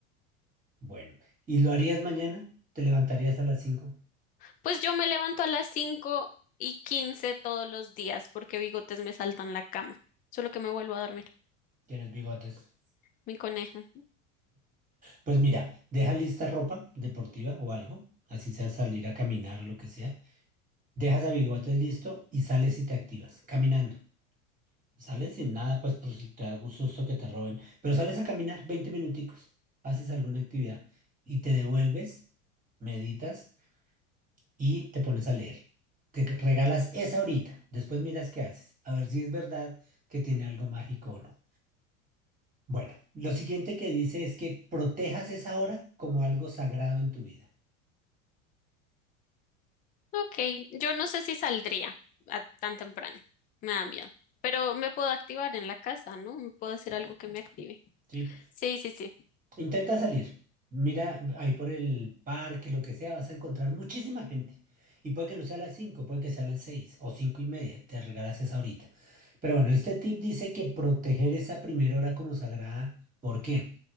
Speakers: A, on the right (about 20°); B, on the left (about 25°).
A: Bueno, ¿y lo harías mañana? ¿Te levantarías a las 5?
B: Pues yo me levanto a las cinco y quince todos los días porque bigotes me saltan la cama. Solo que me vuelvo a dormir,
A: ¿Tienes bigotes?
B: mi conejo.
A: Pues mira, deja lista ropa deportiva o algo, así sea salir a caminar o lo que sea. Dejas a bigotes listo y sales y te activas caminando. Sales sin nada, pues, por si te da gusto que te roben, pero sales a caminar 20 minuticos, haces alguna actividad y te devuelves, meditas y te pones a leer. Te g- regalas esa horita, después miras qué haces, a ver si es verdad que tiene algo mágico o no. Bueno, lo siguiente que dice es que protejas esa hora como algo sagrado en tu vida.
B: Ok, yo no sé si saldría a tan temprano, me da miedo, pero me puedo activar en la casa, ¿no? Me puedo hacer algo que me active.
A: ¿sí?
B: Sí, sí, sí.
A: Intenta salir. Mira, ahí por el parque, lo que sea, vas a encontrar muchísima gente. Y puede que no sea a las 5, puede que sea a las 6 o 5 y media. Te regalas esa horita. Pero bueno, este tip dice que proteger esa primera hora como sagrada. ¿Por qué?